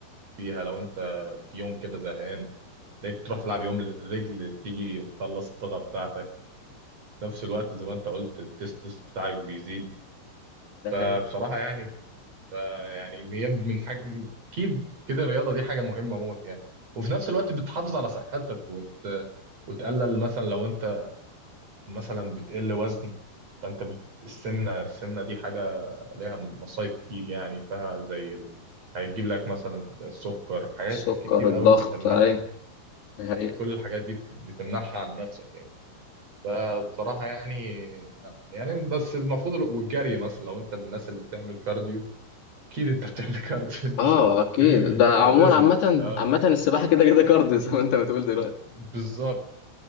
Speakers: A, on the right; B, on the left.
A: فيها لو انت في يوم كده زهقان تلاقيك تروح تلعب يوم رجل تيجي مخلص الطاقة بتاعتك في نفس الوقت زي ما انت قلت التستس بتاعك بيزيد
B: ده
A: فبصراحة
B: حقيقة
A: يعني فيعني هي من حاجة اكيد كده الرياضة دي حاجة مهمة موت يعني وفي نفس الوقت بتحافظ على صحتك وت... وتقلل مثلا لو انت مثلا بتقل وزن فانت بت... السمنه السمنه دي حاجه ليها مصايب كتير يعني فيها زي ال... هيجيب لك مثلا السكر حاجات
B: السكر
A: كتير
B: الضغط
A: قوي بتمنع
B: اي ده حقيقة
A: كل الحاجات دي بت- بتمنعها عن نفسك يعني فبصراحه يعني يعني بس المفروض ال- والجري مثلا لو انت من الناس اللي بتعمل كارديو اكيد انت بتعمل كارديو <laughs>
B: اه
A: انت
B: اكيد ده
A: انت
B: عموما
A: بتسبح
B: عامة
A: اه
B: عامة السباحة كده كده كارديو <laughs> زي ما انت بتقول دلوقتي
A: بالظبط